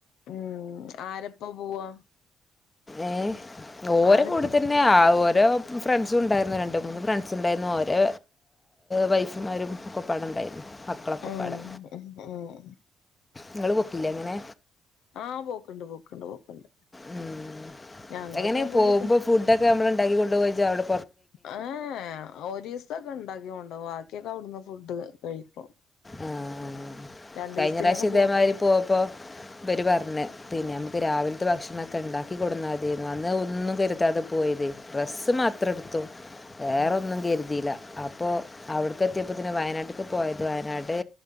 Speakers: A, on the left; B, on the left.
A: ഉം ആരപ്പം പോവാ?
B: ഏഹ് ഓരെ
A: ആരപ്പ
B: കൂടെത്ത പിന്നെ ആ ഓരെ ഫ്രണ്ട്സും ഉണ്ടായര്ന്നു. രണ്ട് മൂന്ന് ഫ്രണ്ട്സുംണ്ടായ്ന്ന് ഓരെ വൈഫ്മാരും ഒക്കപ്പാടെണ്ടായ്ന്. മക്കളൊക്കെപ്പാടെ
A: ഉം ഉം ഉം
B: ഇങ്ങള് പൂക്കില്ലെ അങ്ങനെ?
A: ആഹ് പോക്ക്ണ്ട് പോക്ക്ണ്ട് പോക്ക്ണ്ട്.
B: ഉം
A: ഞങ്ങള്
B: എങ്ങനെ
A: ഇതേപോലെ
B: പോവ്മ്പോ ഫുഡൊക്കെ നമ്മൾ ഇണ്ടാക്കി കൊണ്ടൊക ജ് അവടെ
A: ഏ എ ഓരീസൊക്കെ ഇണ്ടാക്കികൊണ്ടോവും. വാക്ക്യെക്കെ അവിട്ന്ന് ഫുഡ് കഴിക്കും.
B: ആഹ്
A: രണ്ടീസത്തിനൊക്കെ
B: കഴിഞ്ഞ പ്രാവശ്യം ഇതേമായ്രി
A: പോവ്ണ്ടെങ്കി
B: പോപ്പോ ഇവെര് പർഞ്ഞ്. പിന്നെ അമക്ക് രാവിൽത്തെ ഭക്ഷണൊക്കെ ഇണ്ടാക്കി കൊടുന്നാതേര്ന്ന് അന്ന് ഒന്നും കര്താതെ പോയതെ ഡ്രസ്സ് മാത്ര ഇട്ത്തു. വേറൊന്നും
A: ഉം
B: കെര്തീല. അപ്പോ അവിട്ക്കെ എത്ത്യപ്പോതിന് വയനാട്ട്ക്ക് പോയതുആയ് നാട്ട്